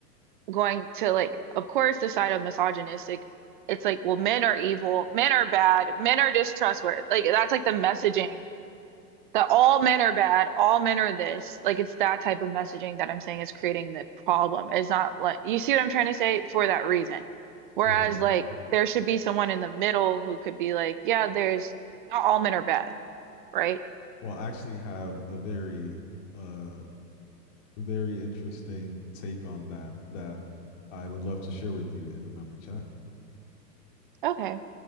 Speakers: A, on the right; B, on the left.
A: going to like, of course, the side of misogynistic. It's like, well, men are evil, men are bad, men are distrustworthy. Like that's like the messaging that all men are bad, all men are this. Like it's that type of messaging that I'm saying is creating the problem. It's not like you see what I'm trying to say for that reason. Whereas
B: well,
A: like there should be someone in the middle who could be like, yeah, there's not all men are bad, right?
B: well, I actually have a very uh very interesting take on that that I would love to share with you in another chat.
A: Okay